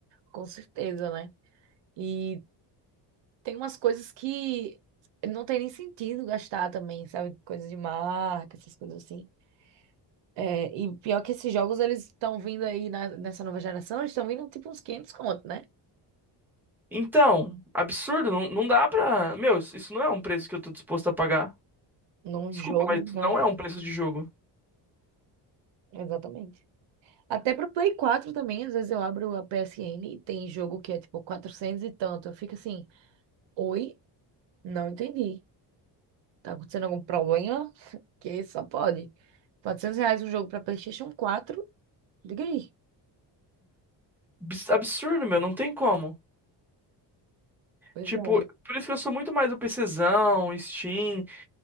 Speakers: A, on the right; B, in the centre.
A: Com certeza, né? E tem umas coisas que não tem nem sentido gastar também, sabe? Coisas de marca, essas coisas assim. É, e pior que esses jogos, eles estão vindo aí na- nessa nova geração, eles estão vindo tipo uns 500 conto, né?
B: Então, absurdo, não, não dá pra. Meu, isso isso não é um preço que eu tô disposto a pagar.
A: Num
B: Desculpa,
A: jogo,
B: mas isso
A: né?
B: não é um preço de jogo.
A: Exatamente. Até pro Play 4 também, às vezes eu abro a PSN e tem jogo que é tipo 400 e tanto. Eu fico assim, oi? Não entendi. Tá acontecendo algum problema? <laughs> Que só pode. 400 reais um jogo pra PlayStation 4? Diga aí.
B: Abs- Absurdo, meu, não tem como.
A: Pois
B: Tipo,
A: é.
B: por isso que eu sou muito mais do PCzão, Steam.